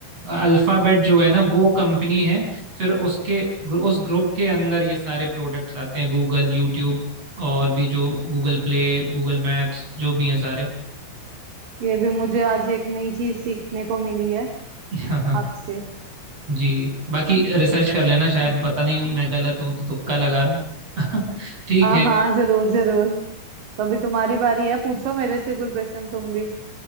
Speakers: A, on the right; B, on the right.
A: अल्फाबेट जो है ना वो कंपनी है फिर उसके उस ग्रुप के अंदर ये सारे प्रोडक्ट्स आते हैं गूगल यूट्यूब और भी जो गूगल प्ले गूगल मैप्स जो भी हैं सारे
B: ये भी मुझे आज एक नई चीज सीखने को मिली है
A: <laughs> हाँ हाँ
B: आपसे
A: जी बाकी रिसर्च कर लेना शायद
B: हम्म।
A: पता नहीं मैं गलत हूँ तो तुक्का लगा रहा हूँ <laughs> ठीक
B: हाँ
A: है
B: हाँ जरूर जरूर तो अभी तुम्हारी बारी है पूछो मेरे से कोई प्रश्न तुम भी